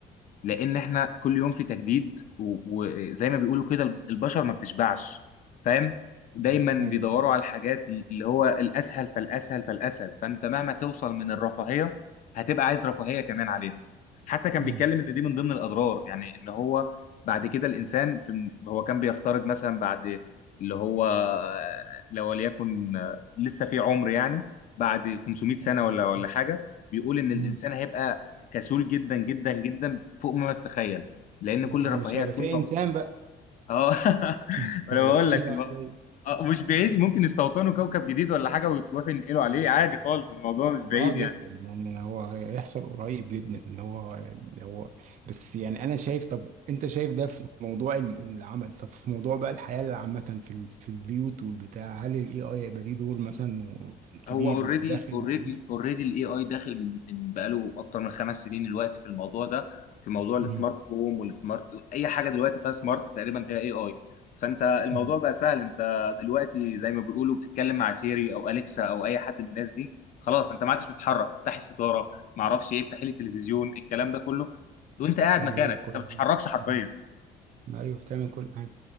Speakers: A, on the left; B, on the right.
A: لان احنا كل يوم في تجديد و- وزي ما بيقولوا كده البشر ما بتشبعش فاهم دايما
B: مم. ايوه
A: بيدوروا على الحاجات اللي هو الاسهل فالاسهل فالاسهل فانت مهما توصل من الرفاهيه هتبقى عايز رفاهيه كمان عليها حتى كان
B: مم.
A: بيتكلم ان دي من ضمن الاضرار يعني ان هو بعد كده الانسان في الم- هو كان بيفترض مثلا بعد اللي هو آه، لو وليكن آه، لسه في عمر يعني بعد 500
B: مم.
A: سنه ولا ولا حاجه بيقول ان
B: مم.
A: الانسان هيبقى كسول جدا جدا جدا فوق ما تتخيل لان كل
B: مش
A: رفاهيه
B: هيبقى
A: هتكون
B: فيه
A: مو...
B: انسان بقى
A: اه <laughs>
B: <laughs> مش
A: وانا
B: هيبقى
A: بقول
B: فيه
A: لك الم...
B: AI جاي
A: آه مش بعيد ممكن يستوطنوا كوكب جديد ولا حاجه وتروحوا ينقلوا عليه عادي خالص الموضوع مش بعيد
B: اه جدا
A: يعني
B: يعني هو هيحصل قريب جدا اللي هو اللي هو بس يعني انا شايف طب انت شايف ده في موضوع ال- العمل طب في موضوع بقى الحياة عامة في ال- في البيوت والبتاع هل الاي اي هيبقى ليه دور مثلا و- كبير
A: هو اوريدي
B: وداخل
A: اوريدي
B: البيوت
A: اوريدي الاي اي داخل من من بقاله اكتر من خمس سنين دلوقتي في الموضوع ده في موضوع السمارت
B: مم.
A: هوم والسمارت اي حاجه دلوقتي فيها سمارت تقريبا فيها اي اي فانت الموضوع
B: مم.
A: بقى سهل انت دلوقتي زي ما بيقولوا بتتكلم مع سيري او اليكسا او اي حد من الناس دي خلاص انت ما عادش بتتحرك افتحي الستاره ما اعرفش ايه افتحي لي التلفزيون الكلام ده كله وانت قاعد
B: تعمل
A: مكانك
B: لك كل
A: انت ما بتتحركش
B: حاجة
A: حرفيا
B: مم. ايوه بتعمل كل حاجة